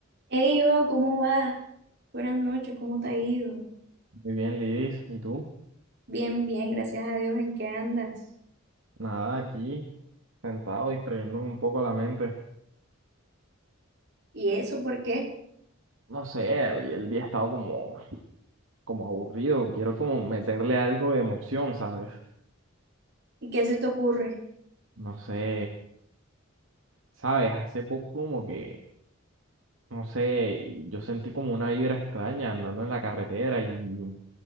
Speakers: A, on the right (about 55°); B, on the right (about 70°).
A: Hey, Iván, ¿cómo vas? Buenas noches, ¿cómo te ha ido?
B: Muy bien, Lidis. ¿Y tú?
A: Bien, bien, gracias a Dios, ¿en qué andas?
B: Nada, aquí, sentado, distrayéndome un poco la mente.
A: ¿Y eso por qué?
B: No sé, hoy el día ha estado como, como aburrido. Quiero como meterle algo de emoción, ¿sabes?
A: ¿Y qué se te ocurre?
B: No sé, ¿sabes? Hace poco como que, no sé, yo sentí como una vibra extraña andando en la carretera y